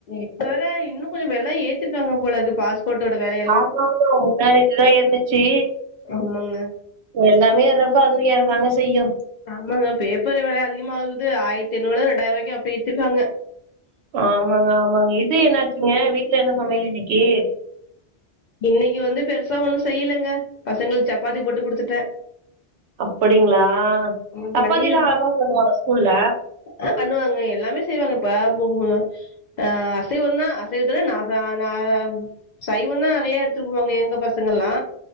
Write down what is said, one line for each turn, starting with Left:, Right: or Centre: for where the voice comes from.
Left: இப்ப வேற இன்னு கொஞ்சொ வெல ஏத்திருக்காங்க போலருக்கு பாஸ்போட்டோட வெலய
Right: ஆமாமா முந்தாநேத்துதா இருந்துச்சு
Left: ஆமாங்க
Right: எல்லாமே ஏர்ரப்ப அதுவு ஏற தாங்க செய்யு
Left: ஆமாங்க பேப்பரு வெல அதிகமாகுது ஆயரத்தி ஐநூறுவால ரெண்டாயிர ருவாய்க்கு அப்டி ஏத்திற்காங்க
Right: ஆமாங்க ஆமாங்க இது என்னாச்சுங்க வீட்ல என்ன சமையலு இன்னக்கி
Left: இன்னக்கி வந்து பெருசா ஒன்னு செய்யலங்க பசங்களுக்கு சப்பாத்தி போட்டு குடுத்துட்டே
Right: அப்படிங்களா
Left: ம்
Right: சப்பாத்திலா
Left: பன்னீர்
Right: அலோ பண்ணவாங்க ஸ்கூல்ல
Left: ஆ பண்ணுவாங்க எல்லாமே செய்வாங்க இப்ப பே புகுமலு ஆ அசைவந் தா அசைவத்துல நா க ந க சைவந் தா நெறைய எடுத்துட்டு போவாங்க எங்க பசங்கல்லா